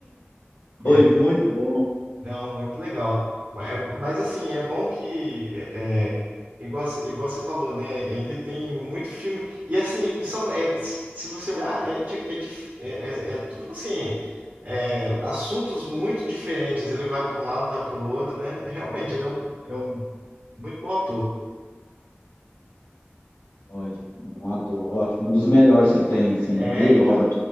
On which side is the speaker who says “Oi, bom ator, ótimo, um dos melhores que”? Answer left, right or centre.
Left